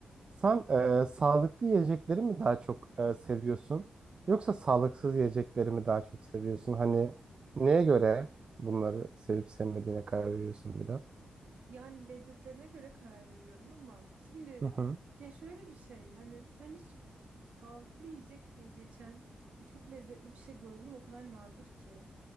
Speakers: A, on the right (about 40°); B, on the right (about 75°).
A: Sen e, sağlıklı yiyecekleri mi daha çok e, seviyorsun yoksa sağlıksız yiyecekleri mi daha çok seviyorsun? Hani neye göre bunları sevip sevmediğine karar veriyorsun bir de?
B: Yani lezzetlerine göre karar veriyorum ama şimdi
A: Hı hı.
B: ya şöyle bir şey hani sen hiç sağlıklı yiyecek diye geçen ve çok lezzetli bir şey gördüm o kadar nadir ki.